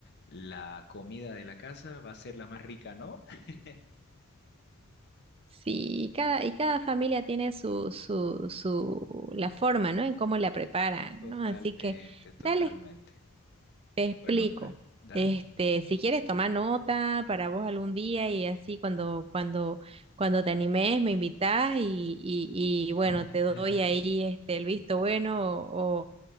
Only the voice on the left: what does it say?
la comida de la casa va a ser la más rica, ¿no? <laughs>
Totalmente,
totalmente.
Bueno, pues, dame.
<laughs>